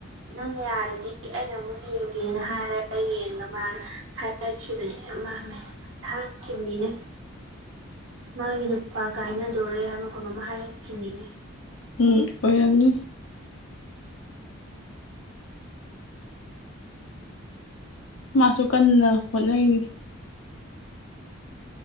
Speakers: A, on the right; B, on the left.
A: ꯅꯪꯅ ꯌꯥꯔꯗꯤ ꯑꯩꯅ ꯑꯃꯨꯛ ꯌꯦꯡꯒꯦꯅ ꯍꯥꯏꯔꯒ ꯌꯦꯡꯉꯥ ꯃꯥꯅ ꯍꯥꯏ ꯊꯔꯛꯈꯤꯕꯅꯦ ꯃꯃꯦ ꯊꯥꯔꯛꯈꯤꯕꯅꯤꯅꯦ ꯃꯥꯒꯤ ꯅꯨꯄꯥ ꯀꯥꯏꯅ ꯇꯣꯔꯦ ꯍꯥꯏꯕ ꯀꯩꯅꯣꯝ ꯍꯥꯏꯔꯛꯈꯤꯝꯅꯤꯅꯦ
B: ꯎꯝ ꯑꯣꯏꯔꯝꯅꯤ ꯃꯥꯁꯨ ꯀꯟꯅ ꯍꯣꯠꯅꯔꯤꯅꯤ